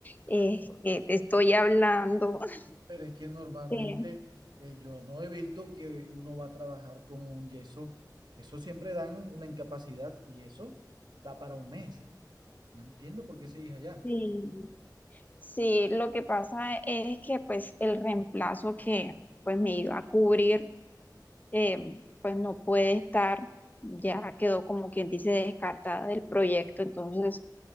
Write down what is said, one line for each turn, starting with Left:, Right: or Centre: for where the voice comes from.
Left: eh, que te estoy hablando. <laughs>
Right: Pero es que normalmente
Left: Eh,
Right: eh, yo no he visto que uno va a trabajar con un yeso. Eso siempre dan una incapacidad y eso da para un mes. No entiendo por qué sigues allá.
Left: Sí. Sí, lo que pasa es que pues el reemplazo que pues me iba a cubrir eh, pues no puede estar, ya quedó como quien dice descartada del proyecto, entonces